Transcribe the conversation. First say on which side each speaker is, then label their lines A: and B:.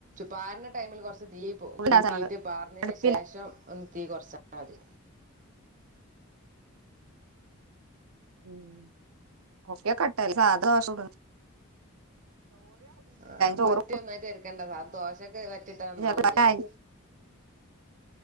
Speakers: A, on the right (about 40°); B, on the right (about 80°).
A: പാരൻ ടൈമിൽ കുറച്ച് തി തീ
B: ഫുള്ള്ണ്ടാക്കാ
A: കൂട്ടിയിട്ട് പാർന്നതിന്
B: അടുപ്പില്ല
A: ശേഷം ഒ തീ കുറച്ച മതി
B: ഉം <unintelligible>
A: ആ
B: ചോറ്
A: മറ്റിയ ഒന്നായിട്ട് എര്ക്കണ്ട സ ദോ ക്കെ വറ്റിട്ടാന്നാവൂലല്ലോ
B: കൂട്ടാഞ്ഞ്